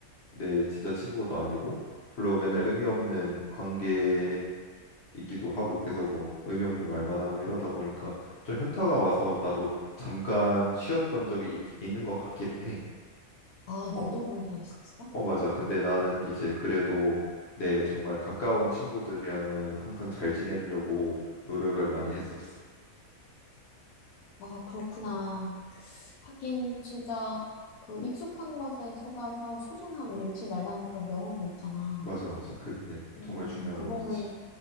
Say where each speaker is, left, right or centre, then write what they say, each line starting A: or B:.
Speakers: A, on the left (about 55°); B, on the left (about 80°).
A: 내 진짜 친구도 아니고 별로 맨날 의미 없는 관계이기도 하고 계속 뭐 의미 없는 말만 하고 이러다 보니까 좀 현타가 와서 나도 잠깐 쉬었던 적이 있, 있는 것 같기는 해.
B: 아,
A: 어,
B: 너도 그런 적 있었어?
A: 어 맞아. 근데 나는 이제 그래도 내 정말 가까운 친구들이랑은 항상 잘 지내려고 노력을 많이 했었어.
B: 아, 그렇구나. 하긴 진짜 그 익숙한 것에 속아서 소중함을 잃지 말라는 그런 명언도 있잖아.
A: 맞아, 맞아. 그게
B: 음,
A: 정말 중요한
B: 그거를,
A: 말이지.